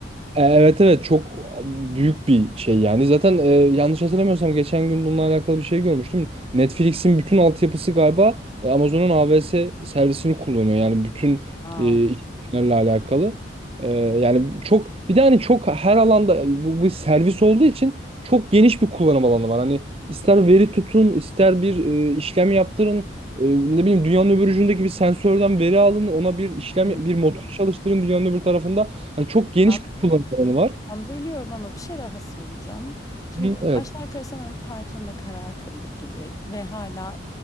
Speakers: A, on the right; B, on the left.
A: E, Evet evet çok büyük bir şey yani. Zaten e, yanlış hatırlamıyorsam geçen gün bununla alakalı bir şey görmüştüm. Netflix'in bütün altyapısı galiba e, Amazon'un AWS servisini kullanıyor. Yani bütün
B: Aa,
A: e, işlemlerle alakalı. E, yani çok bir de hani çok her alanda bu bu servis olduğu için çok geniş bir kullanım alanı var. Hani ister veri tutun, ister bir e, işlem yaptırın, e, ne bileyim dünyanın öbür ucundaki bir sensörden veri alın, ona bir işlem
B: Hı.
A: bir motor çalıştırın dünyanın öbür tarafında. Hani çok geniş
B: Abi,
A: bir kullanım alanı var.
B: Ben bölüyorum ama bir şey daha soracağım. Şimdi
A: Hı. hı. Evet,
B: aşağı yukarı sanırım Python'da karar kıldık gibi ve hala